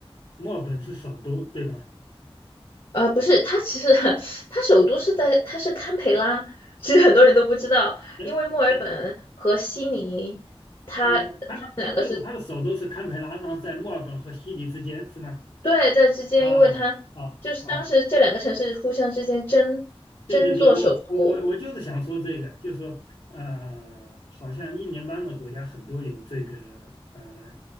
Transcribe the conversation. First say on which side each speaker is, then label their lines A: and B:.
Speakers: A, on the left; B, on the left.
A: 墨尔本是首都，对吧？
B: 呃，不是，它其实 <laughs> 它首都是在，它是堪培拉。其实很多人都不知道，
A: 哎
B: 因为墨尔本和悉尼，
A: 哎
B: 它它
A: 呃，堪就是它的首都是堪培拉，
B: 们两个是
A: 然后在墨尔本和悉尼之间，是吗？
B: 对在之间，
A: 啊
B: 因为它就是当时这两个城市互相之间争争做首都。
A: 啊啊！对对对，我我我我就是想说这个，就说呃，好像英联邦的国家很多有这个呃